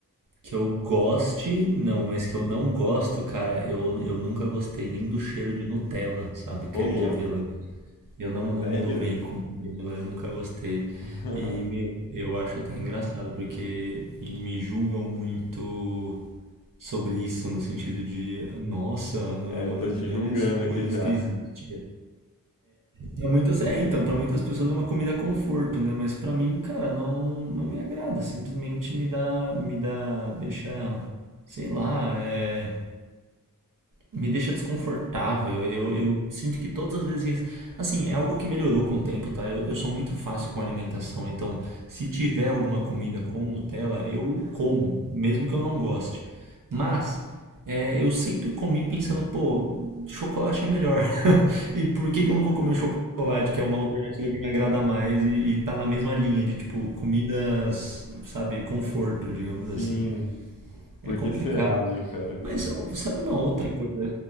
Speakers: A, on the right; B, on the left.
A: Que eu goste, não, mas que eu não gosto, cara, eu, eu nunca gostei nem do cheiro de Nutella, sabe? Creme
B: Ô, louco.
A: de avelã. Eu não, não
B: Sério?
A: me dou bem com creme de avelã, nunca gostei.
B: <laughs>
A: E, meu, eu acho até engraçado, porque me me julgam muito sobre isso, no sentido de, nossa, não
B: É,
A: é uma
B: tô
A: das
B: te
A: melhores
B: julgando
A: coisas
B: aqui já.
A: que existe. Pra muitas, é, então, para muitas pessoas é uma comida conforto, né? Mas pra mim, cara, não, não me agrada. Simplesmente me dá, me dá, deixa, sei lá, é, me deixa desconfortável. Eu, eu sinto que todas as vezes. Assim, é algo que melhorou com o tempo, tá? Eu, eu sou muito fácil com alimentação, então se tiver alguma comida com Nutella, eu como, mesmo que eu não goste. Mas é, eu sempre comi pensando, pô, chocolate é melhor. <laughs> E por que que eu não vou comer chocolate, que é uma alternativa que me agrada mais e, e tá na mesma linha de, tipo, comidas, sabe, conforto,
B: <laughs>
A: digamos assim.
B: Sim, por
A: É complicado.
B: que será, né, cara?
A: Mas ó, sabe uma outra coisa?